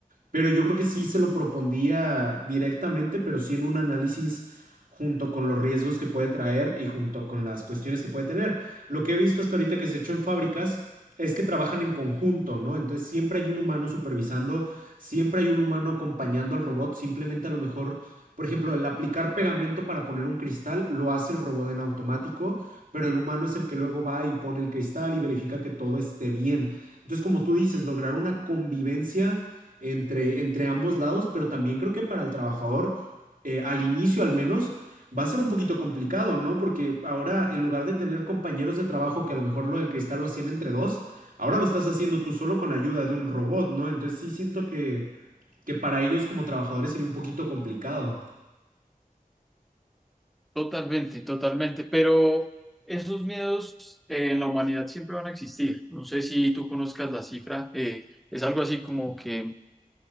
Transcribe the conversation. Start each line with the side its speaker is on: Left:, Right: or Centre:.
Right: pero yo creo que sí se lo propondría directamente, pero sí en un análisis junto con los riesgos que puede traer y junto con las cuestiones que puede tener. Lo que he visto hasta ahorita que se ha hecho en fábricas es que trabajan en conjunto, ¿no? Entonces siempre hay un humano supervisando, siempre hay un humano acompañando al robot, simplemente a lo mejor, por ejemplo, el aplicar pegamento para poner un cristal lo hace el robot en automático, pero el humano es el que luego va y pone el cristal y verifica que todo esté bien. Entonces, como tú dices, lograr una convivencia entre, entre ambos lados, pero también creo que para el trabajador, eh, al inicio al menos, va a ser un poquito complicado, ¿no? Porque ahora, en lugar de tener compañeros de trabajo que a lo mejor lo del cristal lo hacían entre dos, ahora lo estás haciendo tú solo con la ayuda de un robot, ¿no? Entonces sí siento que, que para ellos como trabajadores sería un poquito complicado.
Centre: Totalmente, totalmente. Pero esos miedos eh, en la humanidad siempre van a existir. No sé si tú conozcas la cifra. eh, es algo así como que